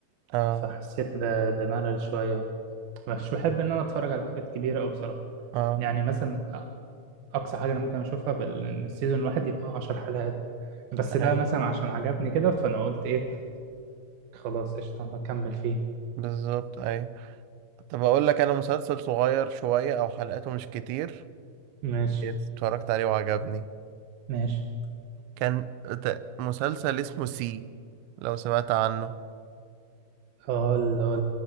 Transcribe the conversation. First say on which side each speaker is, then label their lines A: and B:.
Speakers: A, on the right; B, on the right.
A: اه
B: فحسيت ب- بملل شوية مش بحب ان انا اتفرج على حاجات كبيرة او بصراحة
A: اه
B: يعني مثلا اقصى حاجة انا ممكن اشوفها في ال- السيزون الواحد يبقى 10 حلقات بس
A: اي
B: ده مثلا عشان عجبني كده فانا قلت ايه خلاص قشطة هكمل فيه
A: بالظبط اي طب اقول لك انا مسلسل صغير شوية او حلقاته مش كتير
B: ماشي
A: اتفرجت عليه وعجبني
B: ماشي
A: كان ت- مسلسل اسمه سي لو سمعت عنه
B: اه اللي هو